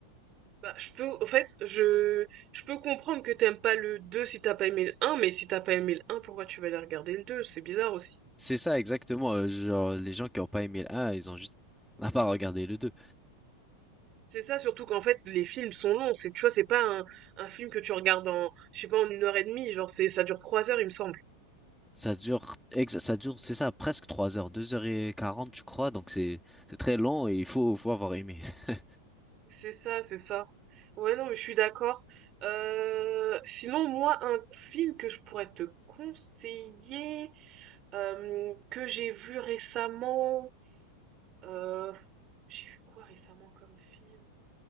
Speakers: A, on the right; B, in the centre.
A: Bah, je peux, en fait, je, je peux comprendre que t'aimes pas le 2 si t'as pas aimé le un mais si t'as pas aimé le un pourquoi tu vas aller regarder le deux C'est bizarre aussi.
B: C'est ça, exactement. euh, genre, les gens qui n'ont pas aimé le un, ils ont juste <laughs> à pas regarder le 2.
A: C'est ça, surtout qu'en fait, les films sont longs. C'est, tu vois, c'est pas un, un film que tu regardes en, je sais pas, en une heure et demie. Genre, c'est, ça dure trois heures, il me semble.
B: Ça dure, ex- ça dure, c'est ça, presque 3 heures, deux heures et quarante, je crois, donc c'est c'est très long et il faut, faut avoir aimé. <laughs>
A: C'est ça, c'est ça. Ouais, non, mais je suis d'accord. Euh, sinon, moi, un film que je pourrais te conseiller, euh, que j'ai vu récemment, euh, j'ai vu quoi récemment comme film?